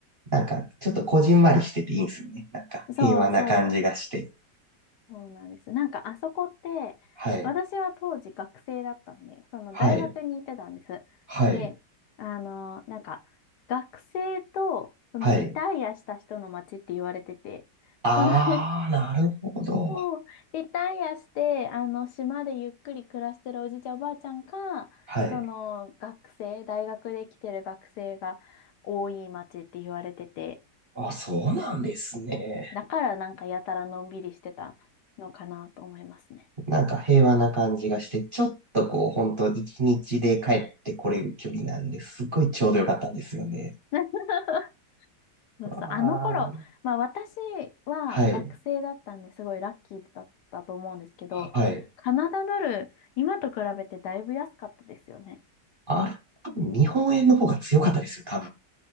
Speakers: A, on the right; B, on the left.
A: なんか、ちょっとこじんまりしてていいんですよね。なんか、
B: そうそう。
A: 平和な感じがして。
B: そうなんです。なんかあそこって、
A: はい。
B: 私は当時学生だったんで、その大学に行ってたんです。
A: はい。はい。
B: で、あの、なんか学生とそのリタイアした人の街って言われてて、
A: はい。あー、
B: その <laughs>
A: なるほど。
B: そうリタイアして、あの、島でゆっくり暮らしてるおじいちゃんおばあちゃんか、
A: はい。
B: その学生、大学で来てる学生が多い街って言われてて、
A: あ、そうなんですね。
B: だからなんかやたらのんびりしてたのかなと思いますね。
A: なんか平和な感じがして、ちょっとこう、本当一日で帰ってこれる距離なんで、すっごいちょうどよかったんですよね。
B: <laughs> そうそう、
A: わ
B: あの頃、
A: ー。
B: まあ私は学生だったんですごいラッキーだったと思うんですけど、
A: はい。はい。
B: カナダドル、今と比べてだいぶ安かったですよね。
A: あれ、多分日本円の方が強かったですよ、
B: ね。
A: 多分。